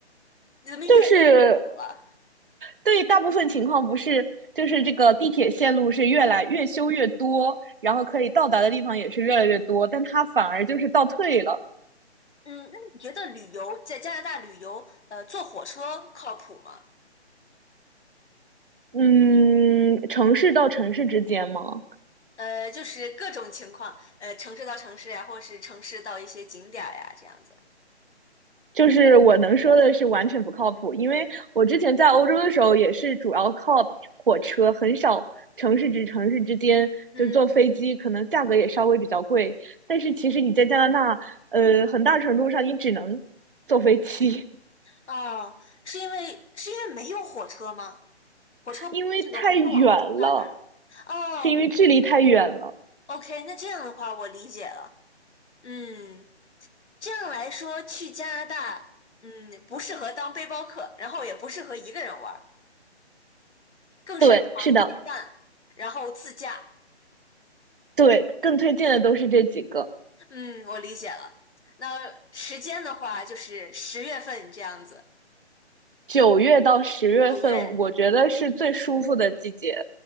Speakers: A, on the left; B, on the right.
A: 怎么越来越少了？
B: 就是对大部分情况不是，就是这个地铁线路是越来越修越多，然后可以到达的地方也是越来越多，但它反而就是倒退了。
A: 嗯，那你觉得旅游在加拿大旅游，呃，坐火车靠谱吗？
B: 嗯，城市到城市之间吗？
A: 呃，就是各种情况，呃，城市到城市呀，或是城市到一些景点儿呀，这样子。
B: 就是我能说的是完全不靠谱，因为我之前在欧洲的时候也是主要靠火车，很少城市至城市之间，
A: 嗯，
B: 就是坐飞机，可能价格也稍微比较贵。但是其实你在加拿大，呃，很大程度上你只能坐飞机，
A: 哦，是因为是因为没有火车吗？
B: <laughs>
A: 火车这个火车网络不发达。
B: 因为太远了，
A: 哦
B: 是因为距离太远了。
A: ，OK，那这样的话我理解了。嗯，这样来说，去加拿大，嗯，不适合当背包客，然后也不适合一个人玩儿更擅长结伴，
B: 对，是的，
A: 然后自驾。
B: 对，更推荐的都是这几个。
A: 嗯，我理解了。那时间的话，就是十月份这样子，
B: 九月到十月份，
A: 九月
B: 我觉得是最舒服的季节。